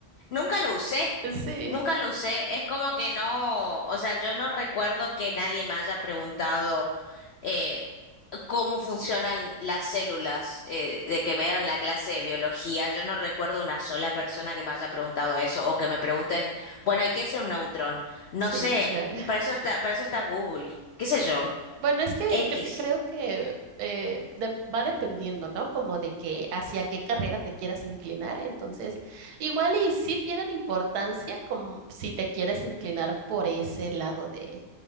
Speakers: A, on the left; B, on the right.
A: nunca lo usé.
B: Sí,
A: Nunca lo usé, es como que no, o sea, yo no recuerdo que nadie me haya preguntado eh, cómo funcionan las células, eh, de que me dieron la clase de biología, yo no recuerdo una sola persona que me haya preguntado eso o que me pregunten, bueno, ¿y qué es un neutrón? No
B: sí,
A: sé,
B: claro.
A: para eso está, para eso está Google, qué sé yo,
B: Bueno, es que
A: X.
B: cre- creo que eh, de- va dependiendo, ¿no? Como de que hacia qué carrera te quieras inclinar. Entonces, igual y sí tienen importancia como si te quieres inclinar por ese lado de,